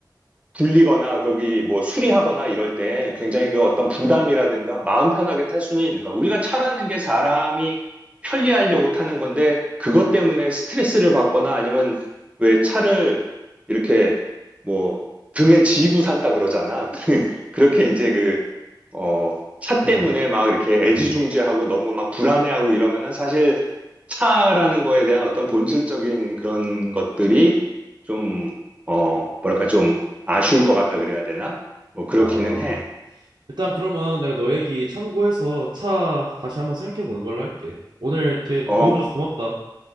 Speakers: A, on the right; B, on the right.
A: 불리거나 그러기 뭐 수리하거나 이럴 때 굉장히 그 어떤 부담이라든가 마음 편하게 탈 수는 있는 거야. 우리가 차라는 게 사람이 편리하려고 타는 건데 그것 때문에 스트레스를 받거나 아니면 왜 차를 이렇게 뭐 등에 지고 산다 그러잖아. <laughs> 그렇게 이제 그 어, 차 때문에
B: 음,
A: 막 이렇게 애지중지하고
B: 음.
A: 너무 막 불안해하고 이러면은 사실 차라는 거에 대한 어떤 본질적인 그런 것들이 좀, 어, 뭐랄까 좀 아쉬울 것 같다 그래야 되나? 뭐 그렇기는
B: 아.
A: 해.
B: 일단 그러면 내가 너 얘기 참고해서 차 다시 한번 생각해 보는 걸로 할게. 오늘 되
A: 어,
B: 도움 줘서 고맙다.